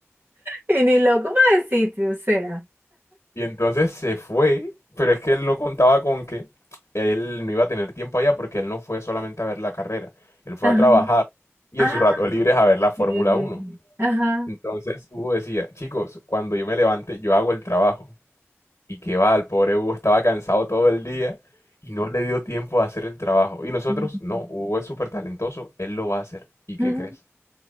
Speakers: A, on the right (about 45°); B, on the left (about 85°).
A: Y ni loco para el sitio, o sea.
B: Y entonces se fue, pero es que él no contaba con que él no iba a tener tiempo allá porque él no fue solamente a ver la carrera, él fue
A: Ajá.
B: a trabajar y
A: Ah,
B: en sus ratos libres a ver la Fórmula
A: sí.
B: Uno.
A: Ajá.
B: Entonces Hugo decía, chicos, cuando yo me levante yo hago el trabajo. Y que va, el pobre Hugo estaba cansado todo el día y no le dio tiempo a hacer el trabajo. Y nosotros,
A: Mm.
B: no, Hugo es súper talentoso, él lo va a hacer. ¿Y qué
A: Ajá.
B: crees?